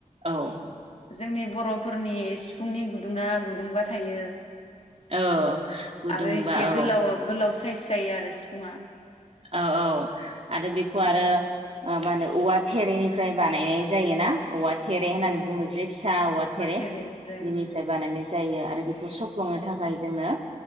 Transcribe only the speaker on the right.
औ
औ गुदुंबा
औ
औ औ आरो बेखौ
आरो मा होनो औवा थेरेनिफ्राय बानायनाय जायोना औवा थेरे होननानै
बुङो जे फिसा औवा थेरे
बेनिफ्राय
बानायनाय जायो आरो बेखौ सफ्लंनो थाखाय जोंनो